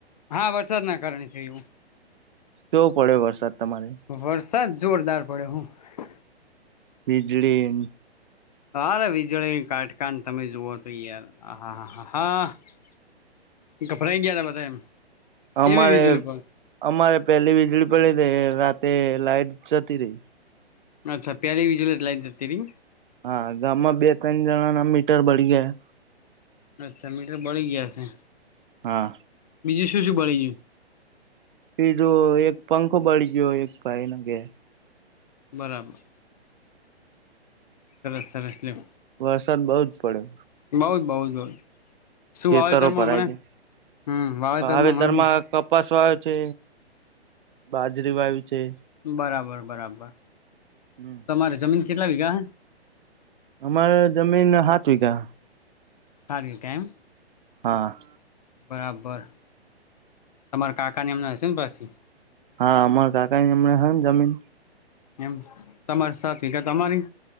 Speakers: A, on the left; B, on the right.
A: હા વરસાદના કારણે છે એવું.
B: કેવો પડ્યો વરસાદ તમારે.
A: વરસાદ જોરદાર પડ્યો હે.
B: વીજળી
A: સરે વીજળી કાટકાાન તમે જુવઓ તો યાર હા હ હા હા. ઘબરાય ગયા હતા બાદ એમ.
B: અમારે
A: એવી વીજળી પણ
B: અમારે પેલી વીજળી પડી રઈ રાતે લાઈટ જતી રહી.
A: અચ્છા પ્ય્યારે બીજુંલે જ લાઈ જ તેરી.
B: હા ગામમાં બે ત્રણ જણા ના મીટર બળી ગયા હે.
A: અચ્છા મીટર બળી ગયા છે.
B: હા
A: બીજું શું શું બળી ગયું?
B: પીજું એક પંખો બળી ગયો એક ભાઈ ન ઘરે.
A: બરાબર. સરસ સરસલિમ.
B: વરસાદ બઉ જ પડ્યો.
A: બઉ જ બઉ જ બ શું
B: ખેતરો
A: વાવેતરમાં
B: ભરાઈ
A: મળ
B: ગયા.
A: હમ વાવેતર
B: વાવેતરમાં
A: માં મળ શું.
B: કપાસ વાયો છે, બાજરી વાય છે.
A: બરાબર બરાબર.
B: હમ.
A: તમારે જમીન કેટલા વિઘા?
B: અમારે જમીન હાથ વિગા હ.
A: સારું કેમ?
B: હા.
A: બરાબર, તમારા કાકાને એમના હશે ને પછી?
B: હા અમાર કાકા એમને હ ને જમીન.
A: એમ, તમારી સા વગ તમારી